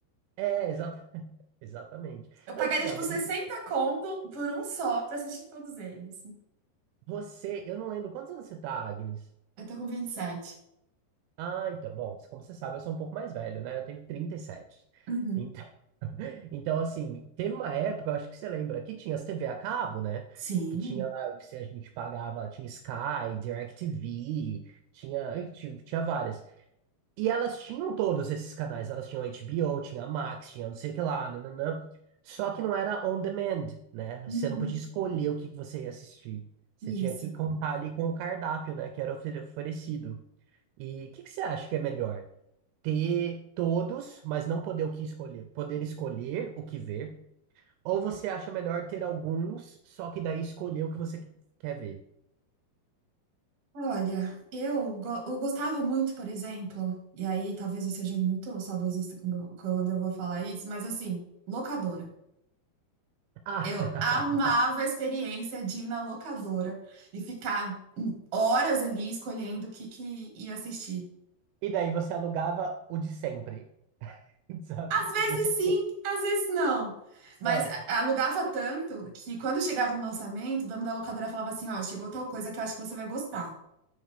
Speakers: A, on the right; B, on the right.
A: É, exata... <laughs> exatamente.
B: Eu pagaria,
A: Antigamente,
B: tipo, 60 conto por um só pra assistir todos eles.
A: Você, eu não lembro quantos anos você tá, Agnes?
B: Eu tô com 27.
A: Ah, então, bom, como você sabe, eu sou um pouco mais velho, né? Eu tenho 37.
B: Uhum.
A: Então, <laughs> então assim, teve uma época, eu acho que você lembra, que tinha as TV a cabo, né?
B: Sim.
A: Que tinha lá, o que se a gente pagava, tinha Sky, DirecTV, tinha, tinha, tinha várias. E elas tinham todos esses canais, elas tinham HBO, tinha Max, tinha não sei o que lá, nananã. Só que não era on demand, né?
B: Uhum.
A: Você não podia escolher o que que você ia assistir. Você
B: Isso.
A: tinha que contar ali com o cardápio, né? Que era ofere- oferecido. E o que que você acha que é melhor? Ter todos, mas não poder o que escolher, poder escolher o que ver? Ou você acha melhor ter alguns, só que daí escolher o que você que- quer ver?
B: Olha, eu, go- eu gostava muito, por exemplo, e aí talvez eu seja muito saudosista quando, quando eu vou falar isso, mas assim, locadora.
A: Ah,
B: Eu amava
A: <laughs>
B: a experiência de ir na locadora e ficar horas ali escolhendo o que, que ia assistir.
A: e daí você alugava o de sempre, <laughs> sabe?
B: Às vezes
A: Não sei.
B: sim, às vezes não. Mas
A: Ah,
B: a- alugava tanto que quando chegava um lançamento, o dono da locadora falava assim: Ó, chegou tal coisa que eu acho que você vai gostar.